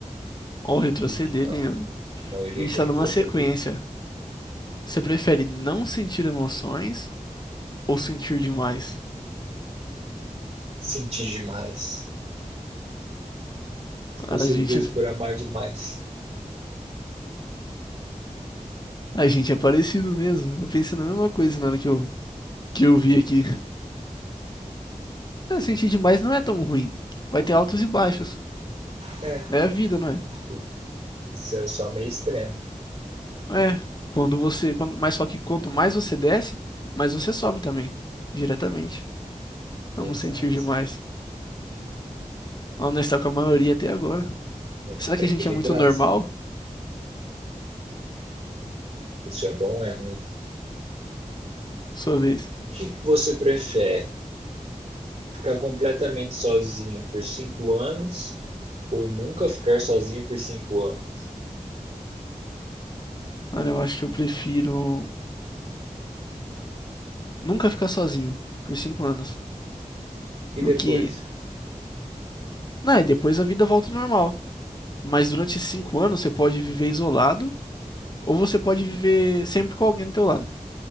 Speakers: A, on the left; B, on the right.
A: Ó, retroceder
B: Dividir, tá?
A: ganhando.
B: A maioria
A: A gente
B: quer
A: tá numa
B: retroceder.
A: sequência. Você prefere não sentir emoções ou sentir demais?
B: sentir demais.
A: Cara,
B: Vou ser
A: a gente,
B: preso por amar demais.
A: a gente é parecido mesmo. Eu pensei na mesma coisa na hora que eu, que eu vi aqui. Ah, sentir demais não é tão ruim. Vai ter altos e baixos.
B: É,
A: É a vida, não é?
B: tipo, isso é só meio extremo.
A: É. Quando você. Quando, mas só que quanto mais você desce, mais você sobe também. Diretamente. Vamos
B: Exato.
A: sentir demais. Vamos estar com a maioria até agora.
B: É
A: Será que
B: é equilibrado.
A: a gente é muito normal?
B: Isso. isso é bom ou é ruim?
A: Sua vez.
B: O que, você prefere? Ficar completamente sozinho por cinco anos ou nunca ficar sozinho por cinco anos?
A: Cara, eu acho que eu prefiro nunca ficar sozinho por cinco anos.
B: E
A: Porque,
B: depois?
A: né, depois a vida volta ao normal. Mas durante esses cinco anos você pode viver isolado ou você pode viver sempre com alguém do teu lado.